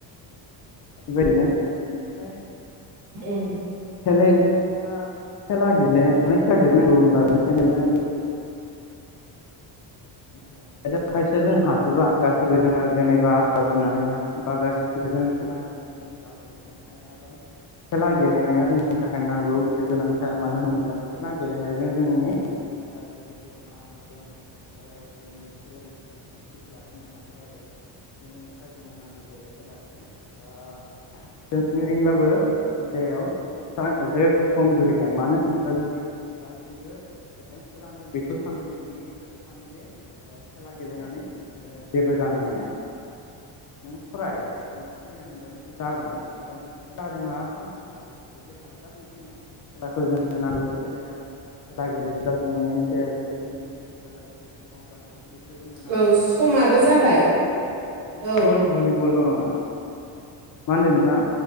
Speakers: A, on the left (about 45°); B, on the right (about 80°).
A: बेबादिनो बेनिफ्राय
B: उम।
A: खेले खेला खेला गेले माने खेला नांगौ होनबा बिनिखायनो गेले नांगौ खाय खायसेया जों हाजोबा गासैबो जोङो जेनेबा जाजोबनो हाया बा गासिबो जों खेला दाजोंनो जोङो गाजोबनोबो हायाना दाय। खेला गेलेनाया जोंनि थाखाय नांगौ बे गोनांथार मानो होनोब्ला खेला गेलेनायजों जोंनि गासैबो देहा मोदोम ओ जोंनि ब्रेनखौ जोङो थिक लाखिनो हायो आरो। बेनि थाखाय जोंनो नांगौ जायो खेलाखौ ओ जों ओरैनोबाबो <inaudible> पच्टआ एसे खमजुरिखा मानो होनोबा जोंनि गासैबो पेरेन्स फोरानो बेखौ सानो जे <unintelligible> सानो जे खेला गेलेनानै ओ जेबो जानो हाया नों फराय नों फरायनानै माबा मोनसे जागोन नाजानानै नों खेलाजों मा खालामनो हागोन नों बेफोरदि सानोबा बिदि नङा खेलाखौ जोंनो नांगौ। खेलाया खेला गेलेबा जोङो मेन्टेल <inaudible> जालाङो बेखौ जोंनो नांथारगौ
B: औ समाबो
A: बेल'
B: जाबाय
A: नङा दि फुटबल
B: औ
A: भलिबलल' नङा मा होनदों नोंथाङा?